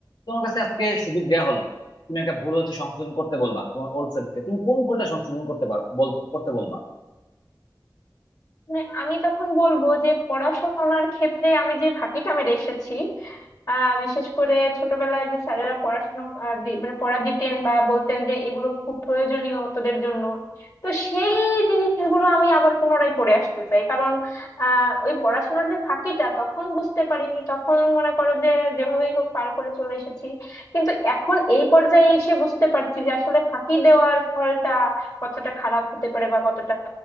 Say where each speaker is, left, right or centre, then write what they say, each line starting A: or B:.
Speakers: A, on the left (about 75°); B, on the left (about 50°).
A: তোমার কাছে আজকে সুযোগ দেয়া হলো তুমি একটা ভুল হচ্ছে সংশোধন করতে বলবা তোমার ওল্ড সেলফকে তুমি কোন ভুলটা সংশোধন করতে পারো বলতে করতে বলবা
B: মানে আমি তখন বলবো যে পড়াশোনার ক্ষেত্রে আমি যে ফাঁকিটা মেরে এসেছি আহ বিশেষ করে ছোটবেলায় যে স্যারেরা পড়াশোনা আহ, দি- মানে পড়া দিতেন বা বলতেন যে এগুলো খুব প্রয়োজনীয় তোদের জন্য তো সেই জিনিসগুলো আমি আবার পুনরায় পড়ে আসতে চাই কারণ আহ ওই পড়াশোনার যে ফাঁকিটা তখন বুঝতে পারিনি তখন মনে করো যে যেভাবেই হোক পার করে চলে এসেছি কিন্তু এখন এই পর্যায়ে এসে বুঝতে পারছি যে আসলে ফাঁকি দেওয়ার ফলটা কতটা খারাপ হতে পারে বা কতটা